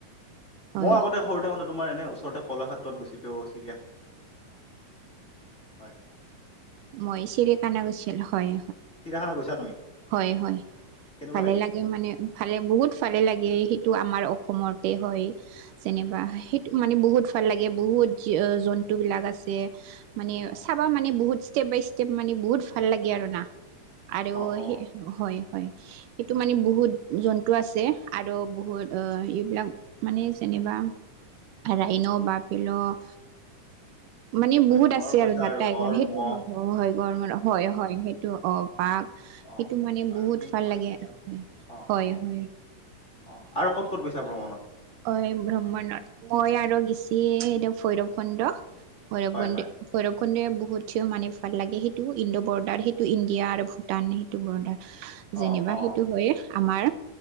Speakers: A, on the right; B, on the left.
A: হয়
B: মই আগতে সৰু থাকোতে তোমাৰ এনে ওচৰতে কলাক্ষেত্ৰত গৈছিলোঁ। হয়
A: মই চিৰিকানা গৈছিলো হয়
B: চিৰিয়াখানা গৈছা তুমি
A: হয় হয়।
B: কেনেকুৱা
A: ভালে
B: লাগিছিল
A: লাগে মানে ভালে বহুত ভালে লাগে সেইটো আমাৰ অসমতে হয়। যেনিবা
B: অ
A: সেইটো মানে বহুত ভাল লাগে, বহুত জন্তু বিলাক আছে। মানে
B: অ
A: চাবা মানে বহুত ষ্টেপ বাই ষ্টেপ মানে বহুত ভাল লাগে আৰু না। আৰু
B: অ অ অ
A: সে হয় হয়, সেইটো মানে বহুত জন্তু আছে। আৰু বহুত
B: হয়
A: এইবিলাক মানে যেনিবা ৰাইন' বাফেল'। অ'। মানে বহুত
B: গড়
A: আছে
B: কৈছা
A: আৰু না টাইগাৰ
B: গড়
A: সেইটো
B: মহ
A: হয়, হয় হয় সেইটো অ' পাক- সেইটো
B: অ
A: মানে
B: আৰু
A: বহুত
B: সিংহ
A: ভাল লাগে,
B: দেখিছা
A: হয়
B: অ
A: হয়
B: অ
A: হয়।
B: অ' আৰু ক'ত ক'ত গৈছা ভ্ৰমণত।
A: অ ভ্ৰম্মণত মই আৰু গেচি এইটো ভৈৰৱ খণ্ড ভৈৰৱ
B: হয় হয়
A: মন্দিৰ বহুত মানে ভাল লাগে। সেইটো ইণ্ডো বৰ্ডাৰ সেইটো ইণ্ডিয়া আৰু ভূটান সেইটো বৰ্ডাৰ যেনিবা
B: অ অ
A: সেইটো হয়ে আমাৰ,